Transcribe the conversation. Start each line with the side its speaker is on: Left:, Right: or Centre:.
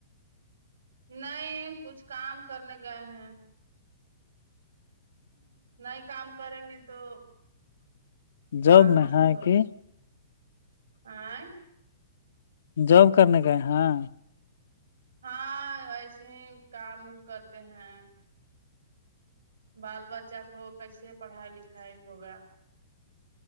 Right: نہیں کچھ کام کرنے گئے ہیں نہیں کام کریں گے تو
Left: جب
Right: کہاں
Left: میں ہے
Right: سے ہوگا
Left: کہ
Right: <unintelligible>
Left: جاب کرنے کائے ہاں
Right: ہاں ایسے ہی کام کرتے ہیں بال بچہ کو کیسے پڑھائی لکھائی ہوگا